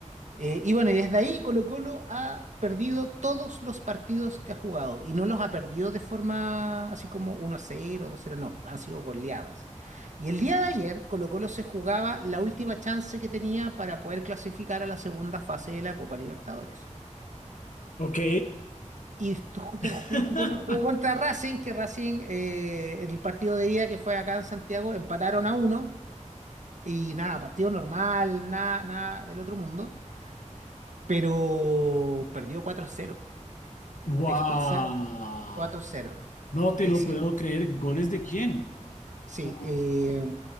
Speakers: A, on the right (about 70°); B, on the left (about 85°).
A: Eh, y bueno, y desde ahí Colo Colo ha perdido todos los partidos que ha jugado y no los ha perdido de forma así como uno a cero dos a cero no, han sido goleadas. Y el día de ayer Colo Colo se jugaba la última chance que tenía para poder clasificar a la segunda fase de la Copa Libertadores.
B: Ok.
A: Y to- to-
B: <laughs>
A: ju- tocó- jugó contra Racing, que Racing, eh, el partido de ida que fue acá en Santiago, empataron a uno y nada, partido normal, nada, nada del otro mundo, pero perdió cuatro a cero
B: ¡Wow!
A: Expulsar cuatro 0
B: No te
A: Le
B: lo
A: hicieron.
B: puedo creer. ¿Goles de quién?
A: Sí.
B: Uh,
A: eh,